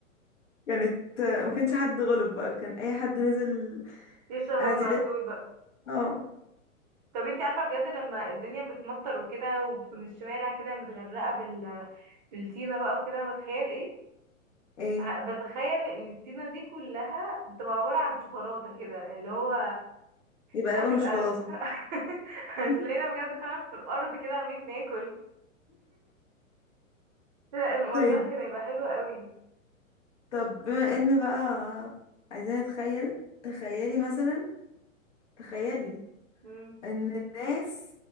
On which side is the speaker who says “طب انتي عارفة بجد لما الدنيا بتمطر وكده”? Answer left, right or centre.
Right